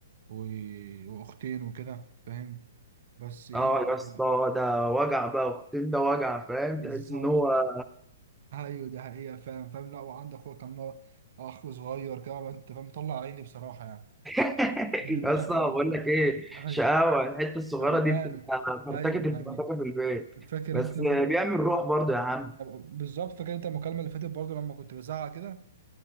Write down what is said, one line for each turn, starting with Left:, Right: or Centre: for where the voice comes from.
Right: و... واختين وكده فاهم بس ايه
Centre: اه يا اسطى ده
Right: <laughs>
Centre: وجع بقى اختين ده وجع فاهم
Right: بالظبط
Centre: تحس ان هو
Right: ايوه دي حقيقة فاهم فاهم لا وعندي اخويا كان هو اخ صغير كده انت فاهم مطلع عيني بصراحة يعني
Centre: <laughs>
Right: <laughs> فاهم
Centre: يا اسطى
Right: ايوه
Centre: بقول
Right: والله.
Centre: لك ايه
Right: ايوه
Centre: شقاوه الحته الصغيره
Right: بأمانة
Centre: دي بتبقى فرتكه
Right: ايوه
Centre: الفرتكه
Right: يعني
Centre: في البيت
Right: فاكر
Centre: بس
Right: انت م...
Centre: بيعمل روح برضه يا عم
Right: بالظبط فاكر انت المكالمة اللي فاتت برضه لما كنت بزعق كده